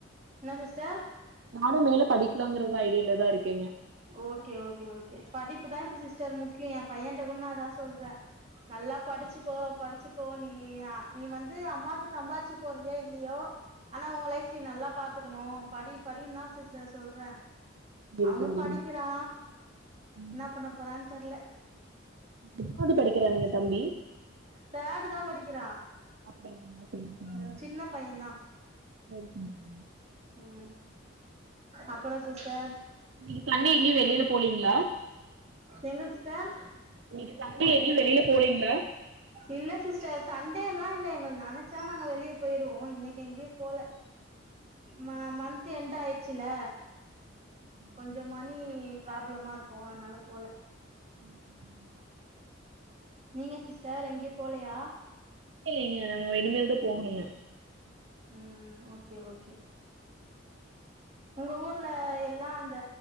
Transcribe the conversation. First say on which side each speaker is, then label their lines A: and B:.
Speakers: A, on the right (about 35°); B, on the right (about 65°).
A: என்ன சிஸ்டர்
B: நானு மேல படிக்கலாங்கறத ஐடியால தா இருக்கேங்க
A: ஓகே ஓகே ஓகே படிப்புதா இப்ப சிஸ்டர் முக்கியோ எ பையன்ட்ட கூட நா அதா சொல்ற நல்லா படிச்சிக்கோ படிச்சிக்கோ நீ நீ வந்து அம்மாக்கு சம்பாதிச்சி போட்றியா இல்லியோ ஆனா ஒ லைஃப் நீ நல்லா பாத்துக்கணு படி படின் தா சிஸ்டர் சொல்ற
B: சரி
A: அவனு
B: சரிங்க
A: படிக்கிறா
B: ம்.
A: என்ன பண்ண போறான் தெர்ல
B: எத்னாது படிக்கிறான்ங்க தம்பி
A: தடு தா படிக்கிறா
B: அப்படிங்களா சரி சரிங்க
A: ம் சின்ன பைய தா
B: <unintelligible>
A: ம் அப்புறோ சிஸ்டர்
B: இன்னிக் காலைல எங்கயு வெளில போலீங்ளா
A: எங்க சிஸ்டர்
B: இன்னிக்கு சண்டே எங்கயு வெளில போலீங்ளா
A: இல்ல சிஸ்டர் சண்டேல்லா இல்ல எங்கல் நனச்சா நாங்க வெளிய பேருவோ இன்னிக்கு எங்கயு போல ம
B: ம்,
A: மந்த்
B: சரி
A: எண்ட் ஆய்ருச்சில்ல
B: சரிங்கம்மா.
A: கொஞ்சோ மணி ப்ராப்ளமா இருக்கு அதனால போல
B: <inaudible>
A: நீங்க சிஸ்டர் எங்கயு போலயா
B: இல்லைங்க நாங்க இனிமேல்தா போகணுங்க
A: ம் ஓகே ஓகே உங்க ஊர்ல எல்லா அந்த